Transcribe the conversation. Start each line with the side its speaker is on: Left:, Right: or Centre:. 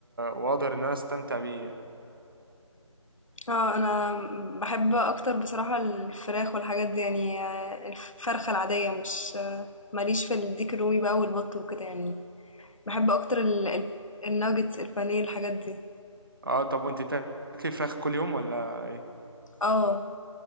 Right: واقدر ان انا استمتع بيه يعني
Left: آه، أنا باحب أكتر بصراحة الفراخ والحاجات دي، يعني آه، الفرخة العادية مش ما ليش في الديك الرومي بقى والبط وكده يعني، باحب أكتر ال ال الnuggets البانيه الحاجات دي.
Right: اه طب وانت بتاكلي فراخ كل يوم ولا ايه؟
Left: آه.